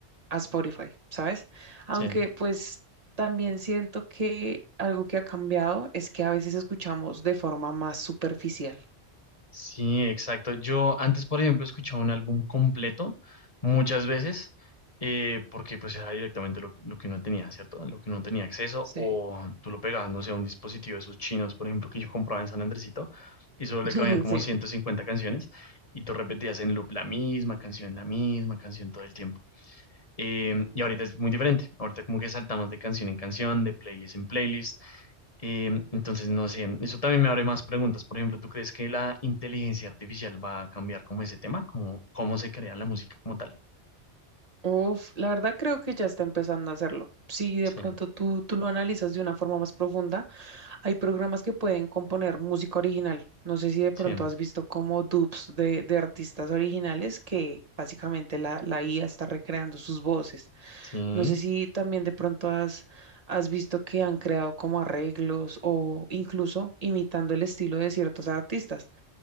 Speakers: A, on the right (about 35°); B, on the left (about 35°).
A: Spotify, ¿sabes? Aunque
B: sí.
A: pues también siento que algo que ha cambiado es que a veces escuchamos de forma más superficial.
B: Sí, exacto. Yo antes, por ejemplo, escuchaba un álbum completo muchas veces eh, porque pues era directamente lo, lo que uno tenía, ¿cierto? Lo que uno tenía acceso
A: Sí,
B: o tú lo pegabas, no sé, a un dispositivo de esos chinos, por ejemplo, que yo compraba en San Andresito y solo le
A: <laughs>
B: cabían como
A: sí.
B: 150 canciones y tú repetías en loop la misma canción, la misma canción todo el tiempo. Eh, y ahorita es muy diferente. Ahorita como que saltamos de canción en canción, de playlist en playlist. Eh, entonces, no sé, eso también me abre más preguntas. Por ejemplo, ¿tú crees que la inteligencia artificial va a cambiar como ese tema? como cómo se crea la música como tal?
A: Uf, la verdad creo que ya está empezando a hacerlo. Si de
B: Sí,
A: pronto tú, tú lo analizas de una forma más profunda, Hay programas que pueden componer música original. No sé si de pronto
B: sí,
A: has visto como dubs de, de artistas originales que básicamente la, la IA está recreando sus voces.
B: sí,
A: No sé si también de pronto has, has visto que han creado como arreglos o incluso imitando el estilo de ciertos artistas.